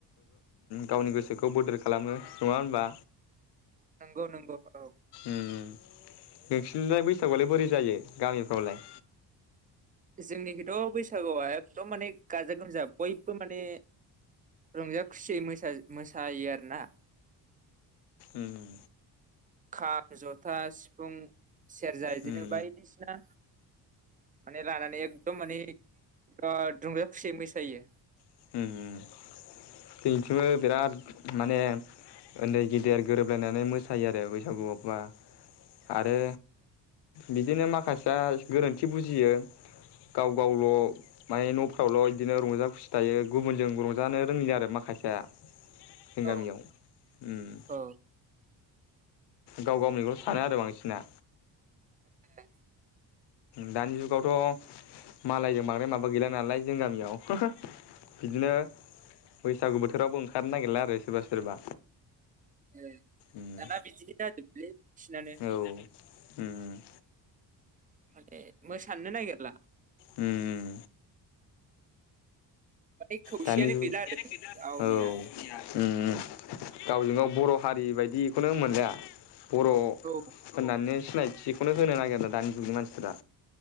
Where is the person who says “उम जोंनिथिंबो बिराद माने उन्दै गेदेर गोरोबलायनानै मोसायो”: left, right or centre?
Left